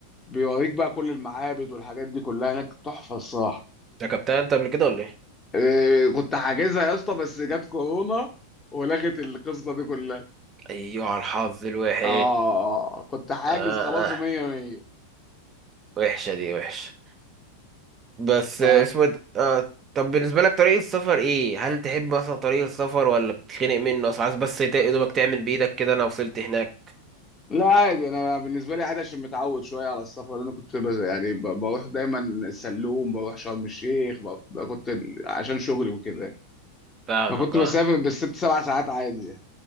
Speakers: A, on the left; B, on the right.
A: بيوريك بقى كل المعابد والحاجات دي كلها هناك تحفه الصراحه
B: ركبتها انت قبل كده ولا ايه
A: إيه، كنت حاجزها يا اسطى بس جت كورونا ولغت القصه دي كلها
B: ايوه على الحظ الوحش
A: اه كنت حاجز
B: اه
A: خلاص
B: اه
A: ومية مية
B: وحشه دي وحشه بس
A: ف
B: آه، اسمه ايه ده؟ آه. طب بالنسبه لك طريق السفر ايه هل تحب مثلا طريق السفر ولا بتتخنق منه اصل عايز بس تا- يا دوبك تعمل بايدك كده انا وصلت هناك
A: لا عادي انا بالنسبه لي عادي عشان متعود شويه على السفر لأن انا كنت بز... يعني ب... بروح دايما السلوم بروح شرم الشيخ ب... ب- كنت ال- عشان شغلي وكده يعني.
B: فاهمك
A: فكنت
B: اه
A: بسافر بالست سبع ساعات عادي يعني.